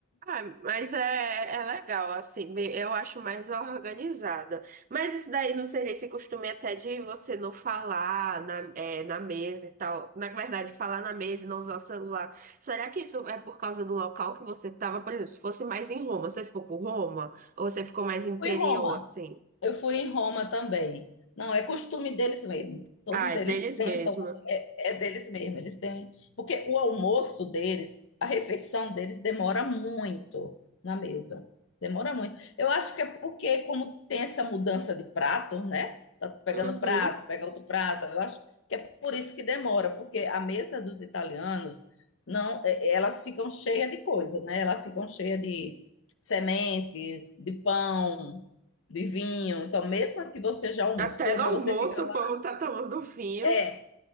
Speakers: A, on the right; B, on the left.
A: Ah, mas é, é legal, assim, bem- eu acho mais organizada. Mas isso daí não seria esse costume até de você não falar na, é, na mesa e tal. Na verdade, falar na mesa e não usar o celular. Será que isso é por causa do local que você estava, por exemplo, se fosse mais em Roma, você ficou por Roma? Ou você ficou mais interior,
B: Fui em Roma.
A: assim?
B: Eu fui em Roma também. Não, é costume deles mesmo. Todos
A: Ah, é
B: eles
A: deles
B: sentam,
A: mesmo.
B: é, é deles mesmo. Eles têm. Porque o almoço deles, a refeição deles, demora muito na mesa. Demora muito. Eu acho que é porque, como tem essa mudança de pratos, né? Tá pegando
A: Uhum.
B: prato, pega outro prato. Eu acho que é por isso que demora, porque a mesa dos italianos, não, é- é, elas ficam cheias de coisa, né? Elas ficam cheias de sementes, de pão de vinho. Então, mesmo que você já almoçou,
A: Até no
B: mas
A: almoço
B: você fica
A: o
B: lá,
A: povo tá tomando vinho.
B: é,